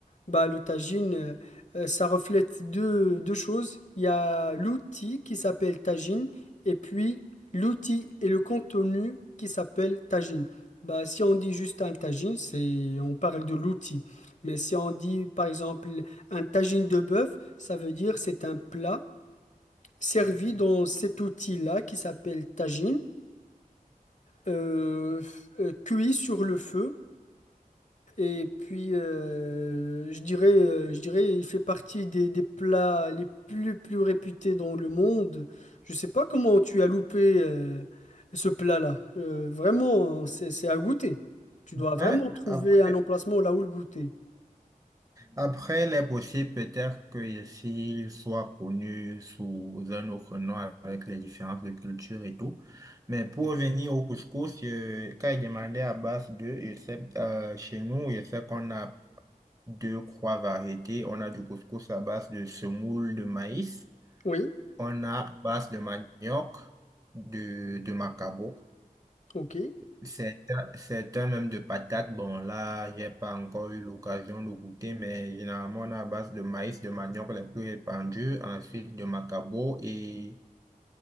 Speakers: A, on the left; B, on the right.
A: Bah, le tagine, euh, euh, ça reflète deux, deux choses. Il y a l'outil qui s'appelle tagine et puis l'outil et le contenu qui s'appelle tagine. Bah, si on dit juste un tagine, c'est, on parle de l'outil. Mais si on dit, par exemple, un tagine de bœuf, ça veut dire c'est un plat servi
B: Ok.
A: dans cet outil-là qui s'appelle tagine, euh, euh, cuit sur le feu. Et puis, euh, je dirais, euh, je dirais, il fait partie des, des plats les plus, plus réputés dans le monde. Je sais pas comment tu as loupé euh, ce plat-là. Euh, vraiment, c'est, c'est à goûter. Tu dois vraiment
B: Ouais,
A: trouver
B: après.
A: un emplacement là où le goûter.
B: Après, il est possible peut-être que ici, il soit connu sous un autre nom avec les différences de culture et tout. Mais pour revenir au couscous, euh, quand il demandait à base de, je sais, euh, chez nous, je sais qu'on a deux, trois variétés. On a du couscous à base de semoule de maïs.
A: Oui,
B: On a à base de manioc, de, de macabo
A: ok.
B: certains, certains même de patates. Bon, là, j'ai pas encore eu l'occasion de goûter, mais généralement, on a à base de maïs, de manioc les plus répandus, ensuite de macabo et